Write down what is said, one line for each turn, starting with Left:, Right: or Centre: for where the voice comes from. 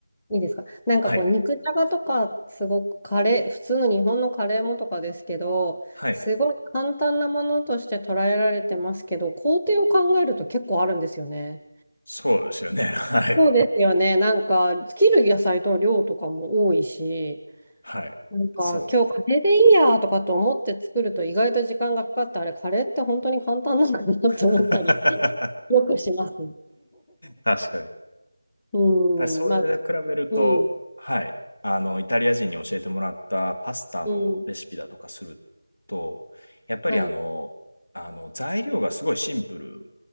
Centre: いいですか。なんかこう、
Left: はい。
Centre: 肉じゃがとか、すごくカレー、普通の日本のカレーもとかですけど、
Left: はい。
Centre: すごい簡単なものとして捉えられてますけど、工程を考えると結構あるんですよね。
Left: そうですよね。<laughs> はい。
Centre: そうですよね。なんか、切る野菜の量とかも多いし、
Left: はい。
Centre: なんか今日カレーでいいやとかと思って作ると意外と時間がかかってあれカレーって本当に簡単なんだなって思ったり
Left: そう。<laughs>
Centre: <laughs> よくします。<laughs>
Left: 確かに。
Centre: うん、
Left: やっぱりそれで比べると、
Centre: まあ、うん、
Left: はい。あの、イタリア人に教えてもらったパスタのレシピだとかすると、
Centre: うん、
Left: やっぱりあの、
Centre: はい。
Left: あの材料がすごいシンプル